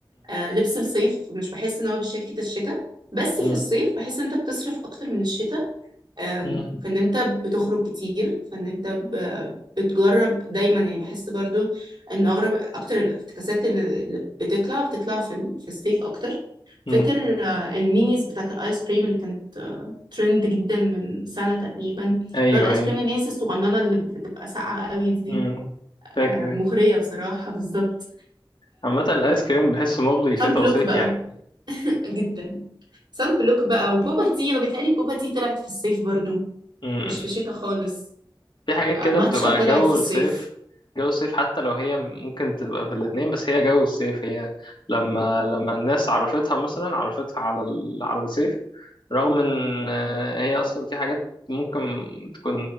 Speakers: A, on the right (about 55°); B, on the left (about 60°).
A: آه، لبس الصيف مش بحس ان هو بشياكة الشتاء بس
B: م-
A: في الصيف بحس ان انت بتصرف اكتر من الشتاء أم،
B: م- م-
A: فان انت بتخرج كتير فان انت ب- بتجرب دايما يعني بحس برضو ان اغرب اكتر الافتكاسات اللي اللي بتطلع بتطلع في ال- في الصيف اكتر فاكر
B: م-
A: آه، المينيز بتاعت الايس كريم اللي كانت آه، ترند جدا من سنة تقريبا اللي
B: ايوه
A: هو الايس
B: ايوه
A: كريم المينيز الصغننة اللي بتبقى ساقعة قوي دي
B: م- م.
A: آه،
B: فاكر أيوه.
A: مغرية بصراحة بالظبط
B: عامة الآيس كريم بحسه مغري شتا
A: سان بلوك
B: وصيف
A: بقى
B: يعني
A: جدا سان بلوك بقى وبوبا تي انا بيتهيألي بوبا تي طلعت في الصيف برضو
B: م-
A: مش في
B: م.
A: الشتاء خالص
B: في حاجات
A: آه،
B: كده
A: ماتشا
B: بتبقى
A: طلعت
B: جو
A: في الصيف
B: الصيف جو الصيف حتى لو هي ممكن تبقى في الاتنين بس هي جو الصيف هي لما لما الناس عرفتها مثلا عرفتها على ال... على الصيف رغم ان آه، هي اصلا في حاجات ممكن تكون